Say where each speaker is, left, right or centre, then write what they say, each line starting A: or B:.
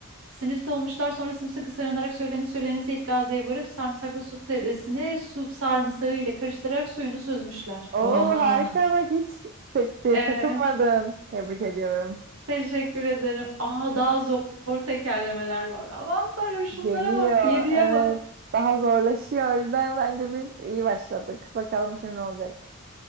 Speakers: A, on the right; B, on the right.
A: Sinüzit olmuşlar sonra sımsıkı sarınarak söylene söylene Seyit Gazi'ye varıp sarımsaklı su teresini su sarımsağı ile karıştırarak suyunu süzmüşler.
B: Oo
A: Aa,
B: harika bak hiç te- te-
A: evet
B: takılmadın. Tebrik ediyorum.
A: teşekkür ederim. Aa, daha zor tekerlemeler var. Aman tanrım şunlara
B: Geliyor.
A: bak yediye
B: Evet.
A: bak.
B: Daha zorlaşıyor. O yüzden bence biz iyi başladık. Bakalım şimdi ne olacak.